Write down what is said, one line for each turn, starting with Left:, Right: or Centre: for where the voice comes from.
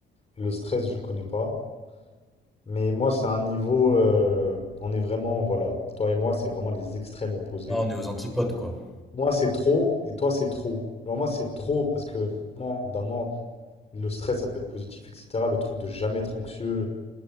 Left: et Le stress, je connais pas. Mais moi, c'est un niveau. euh, on est vraiment, voilà. Toi et moi, c'est vraiment les extrêmes opposés.
Centre: Ah on est aux antipodes, quoi.
Left: Moi, c'est trop et toi, c'est trop. Alors moi, c'est trop parce que vraiment, d'un moment, le stress, ça peut être positif, etc. Le truc de jamais être anxieux.